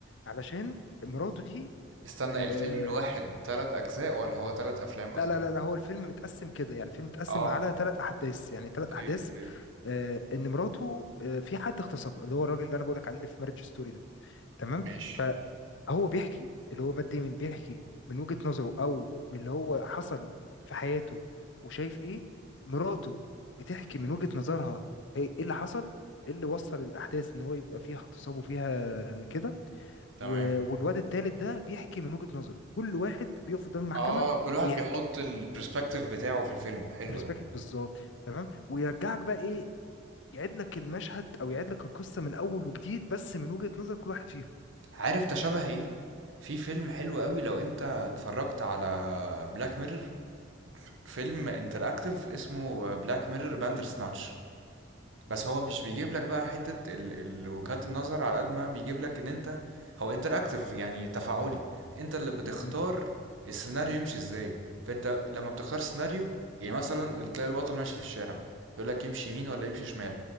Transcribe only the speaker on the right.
استنى
الفيلم الواحد تلات اجزاء ولا هو تلات افلام قصدي
اه
اوكي
اوكي
ماشي
تمام
اه كل واحد
بيحط البرسبكتيف بتاعه في الفيلم حلو
ده
عارف ده شبه ايه في فيلم حلو قوي لو انت اتفرجت على بلاك ميرور فيلم انتراكتيف اسمه بلاك ميرور باندر سناتش بس هو مش بيجيب لك بقى حتة ال... ال... وجهات النظر على قد ما بيجيب لك ان انت هو انتراكتيف يعني تفاعلي انت اللي بتختار
السيناريو يمشي ازاي فانت لما بتختار سيناريو يعني مثلا تلاقي البطل ماشي في الشارع يقول لك يمشي يمين ولا يمشي شمال